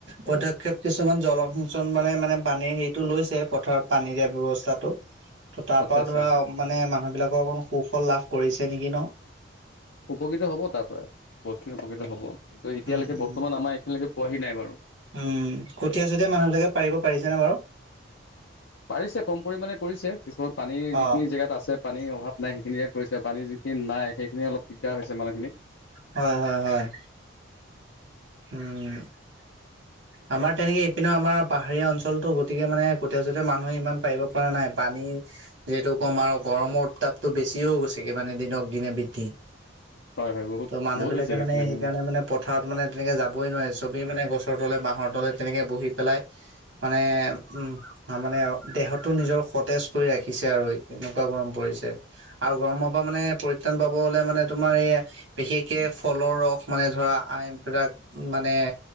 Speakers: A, on the right; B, on the left.
A: পদক্ষেপ কিছুমান জলসিঞ্চন মানে-মানে পানীৰ হেইটো লৈছে। তে পথাৰত পানী দিয়া ব্যৱস্থাটো ত তাৰ
B: আচ্ছা
A: পৰাও
B: আচ্ছা
A: ধৰা মানে মানুহ বিলাকৰ অকমান সুফল লাভ কৰিছে নেকি নহ?
B: উপকৃত হব তাৰ পৰাই বহুতখিনি উপকৃত হ'ব কিন্তু এতিয়ালৈকে
A: উম উম
B: বৰ্তমান আমাৰ এইখিনিলৈকে পোৱাহি নাই বাৰু।
A: উম কঠীয়া চঠীয়া মানুহবিলাকে পাৰিব পাৰিছেনে বাৰু?
B: পাৰিছে কম পৰিমামানে কৰিছে কিছুমান পানী
A: অ
B: যিখিনি জেগাত আছে পানীৰ অভাৱ নাই সেইখিনিয়ে কৰিছে পানী যিখিনি নাই সেইখিনি অলপ দিগদাৰ হৈছে মানুহখিনিৰ।
A: হয়-হয়-হয়। উম। আমাৰ তেনেকে ইপিনে আমাৰ পাহাৰীয়া অঞ্চলতো গতিকে মানে কঠীয়া চতিয়া মানুহে ইমান পাৰিব পৰা নাই পানী যিহেতু কম আৰু গৰমৰ উত্তাপটো বেছি হৈ গৈছে কি মানে দিনক দিনে বৃদ্ধি।
B: হয় হয় বহুত
A: ত' মানুহ
B: বহুত
A: বিলাকে
B: হৈছে এইফালে
A: মানে সেইকাৰণে
B: উম
A: মানে পথাৰত মানে। এ যাবই নোৱাৰি চবেই মানে গছৰ তলে বাঁহৰ তলে তেনেকে বহি পেলাই মানে উম। অ মানে দেহতো নিজৰ সতেজ পৰি ৰাখিছে আৰু এনেকুৱা গৰম পৰিছে আৰু গৰমৰ পা মানে পৰিত্ৰাণ পাব হলে মানে তোমাৰ এই বিশেষকে ফলৰ ৰস মানে ধৰা আইন বিলাক মানে।